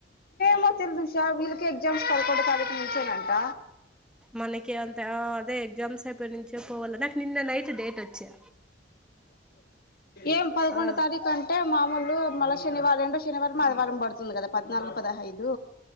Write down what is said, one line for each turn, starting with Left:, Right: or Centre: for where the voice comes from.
Left: <unintelligible> ఎగ్జామ్స్ పదకొండు తారీక్ నుంచేనంట.
Centre: మనకి అంత ఆ అదే ఎగ్జామ్స్ అయిపోయి నుంచే పోవాల నాకు నిన్న నైట్ డేట్ వచ్చా
Left: ఏం పదకొండు
Centre: ఆ
Left: తారీక్ అంటే మామూలు మళ్ళ శనివారం రెండో శనివారం, ఆదివారం పడుతుంది కదా పద్నాలుగు పదహైదు